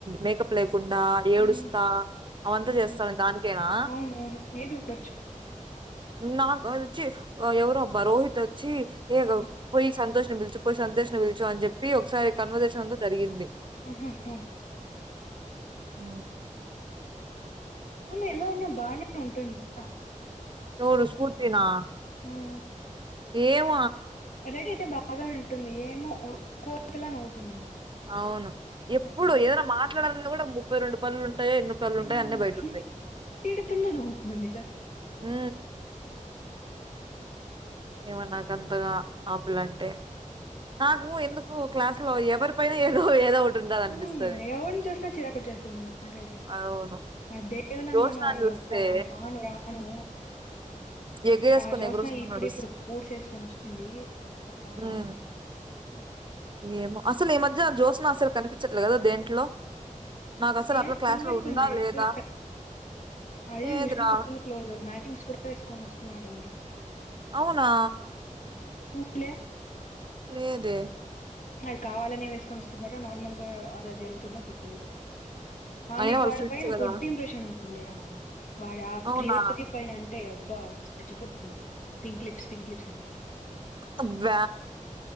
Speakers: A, on the right; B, on the left.
A: మేకప్ చెకుండా ఏడుస్తా
B: ఉమ్,
A: అవంతా
B: ఉమ్,
A: చేస్తాను దానికైనా
B: అవును అవును మేబీ ఉండొచ్చు
A: నాకు వ వచ్చి ఎవరుబ్బా రోహిత్ వచ్చి ఏేగ
B: ఉమ్,
A: పోయి సంతోష పిచిపోయి సంతోష్ పిలుచు అని చెప్పి ఒకసారి కన్వర్జేషన్ అంత జరిగింది
B: ఆహాహా
A: అ
B: అమె ఎలా ఉన్నా బాగానే ఉంటుందికా
A: ఎవరు స్ఫూర్తి నా
B: మ్
A: ఏవ
B: రెడీ అయితే బాగానే ఉంటుంది ఏమో కోతిలా నవ్వుతుంది
A: అవును ఎప్పుడు
B: మ్
A: ఏదైనా మాట్లాడాలని కూడా ముప్పై రెండు పనులుంటాయి ఉంటాయి ఎన్న పల్లు ఉంటాయి
B: మ్
A: అన్నిీ బయట ఉంటాయి
B: తిడుతున్నా నవ్వుతుంది కదా
A: అ ఏమో నాక అంతగా ఆపలంటే నాకు ఎందుకు క్లాస్ లో ఎవరి పైన ఏదో ఏదో ఉంటది అనిపిస్తది
B: ఆ యవని చూసినా చీర కుట్చేస్తుంది నాకైతే
A: అవును
B: ఆ దేవనందనయప్ప
A: జోష్నా చూస్తే
B: రాను రాను
A: ఎగేసుకుని
B: ఆ జ్యోష్ణ
A: ఎగురుసుకుని
B: ఇప్పుడు
A: నడుస్తుంది
B: ఇప్పుడు బూడ్ చేేసుకొని వస్తుంది అబ్బారాయ్
A: ఉమ్, ఏమో అసలు ఈ మధ్య జ్యోసన అసలు కనిపించట్లే కదా దేంట్లో నాకు అసలు
B: ఏ
A: అప్పుడు క్లాస్
B: కనిపిస్తుంది
A: లో ఉందా
B: ఎక్కువ
A: లేదా
B: అది
A: లేదురా
B: విష్ణుతో ఫుల్ క్లోజ్ మ్యాచింగ్స్ కూడా వేసుకొని వస్తున్నాడు ఇది
A: అవునా
B: చూడ్లీ
A: లేదే
B: అది కావాలనే వేసుకొని వస్తున్నారో నార్మల్గా అదిద జరుగుతుంద తెలీదు ఆమెక్
A: అయినా వాళ్ళ
B: వాడ
A: ఫ్రెండ్స్
B: పైన
A: కదా
B: గుడ్ ఇంప్రెషన్ ఉంది మలేరానార వాడు ఆ
A: అవునా
B: ప్రియోజ పైన అం అంటే అబ్బా చచ్చిపోతుంది పింక్ లీప్స్ పింక్ క్లిప్స్ అనే
A: అబ్బ